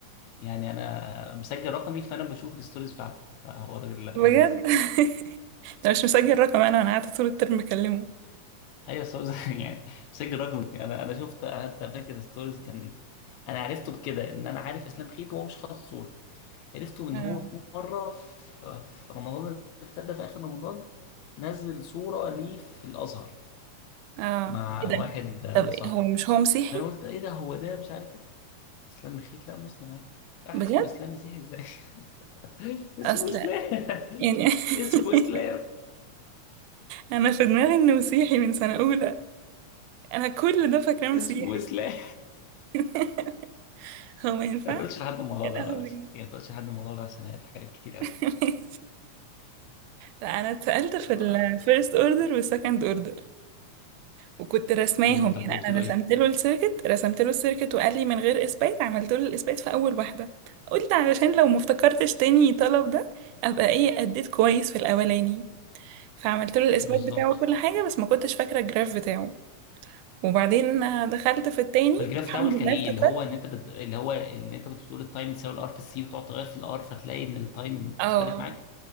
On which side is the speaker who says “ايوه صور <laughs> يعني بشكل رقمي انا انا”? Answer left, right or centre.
Left